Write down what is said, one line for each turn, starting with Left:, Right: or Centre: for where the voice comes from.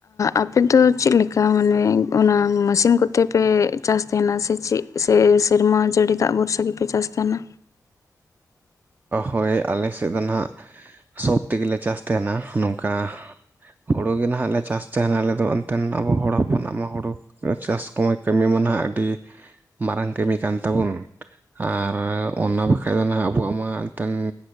Left: ᱟᱯᱮ ᱫᱚ ᱪᱮᱫ ᱞᱮᱠᱟ ᱢᱟᱱᱮ ᱚᱱᱟ ᱢᱟᱥᱤᱱ ᱠᱚᱛᱮ ᱯᱮ ᱪᱟᱥ ᱛᱟᱦᱮᱱᱟ ᱥᱮ ᱪᱮᱜ ᱥᱮ ᱥᱮᱨᱢᱟ ᱡᱟᱹᱲᱤ ᱫᱟᱜ ᱵᱷᱚᱨᱥᱟ ᱜᱮᱯᱮ ᱪᱟᱹᱥ ᱛᱟᱦᱮᱱᱟ?
Right: ᱦᱳᱭ ᱟᱞᱮ ᱥᱮᱫ ᱫᱚ ᱱᱟᱦᱟᱜ ᱥᱳᱵ ᱛᱮᱜᱮᱞᱮ ᱪᱟᱥ ᱛᱟᱦᱮᱱᱟ ᱱᱚᱝᱠᱟ ᱦᱳᱲᱳ ᱜᱮ ᱱᱟᱦᱟᱜ ᱞᱮ ᱪᱟᱥ ᱛᱟᱦᱮᱱᱟ, ᱟᱞᱮ ᱫᱚ ᱮᱱᱛᱮᱱ ᱟᱵᱚ ᱦᱚᱲ ᱦᱚᱯᱚᱱᱟᱜ ᱢᱟ ᱦᱩᱲᱩ ᱪᱟᱥ ᱠᱚᱢᱟ ᱠᱟᱹᱢᱤ ᱢᱟ ᱱᱟᱦᱟᱜ ᱟᱹᱰᱤ ᱢᱟᱨᱟᱝ ᱠᱟᱹᱢᱤ ᱠᱟᱱ ᱛᱟᱵᱚᱱ ᱟᱨ ᱚᱱᱟ ᱵᱟᱠᱷᱟᱡ ᱫᱚ ᱱᱟᱦᱟᱜ ᱟᱵᱚᱣᱟᱜ ᱢᱟ ᱮᱱᱛᱮᱱ